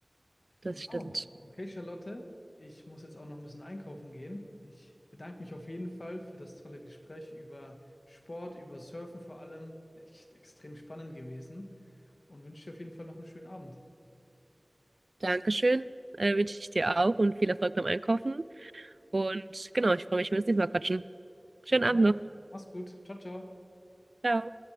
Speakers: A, on the right; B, on the left.
A: das
B: Genau.
A: stimmt.
B: Okay, Charlotte, ich muss jetzt auch noch ein bisschen einkaufen gehen. Ich bedanke mich auf jeden Fall für das tolle Gespräch über Sport, über Surfen vor allem. Echt extrem spannend gewesen und wünsche dir auf jeden Fall noch einen schönen Abend.
A: Dankeschön, äh, wünsche ich dir auch und viel Erfolg beim Einkaufen. Und genau, ich freue mich, wenn wir uns nächstes Mal quatschen.
B: Vielen
A: Schönen Abend
B: Dank.
A: noch.
B: Mach's gut. Ciao, ciao.
A: Ciao.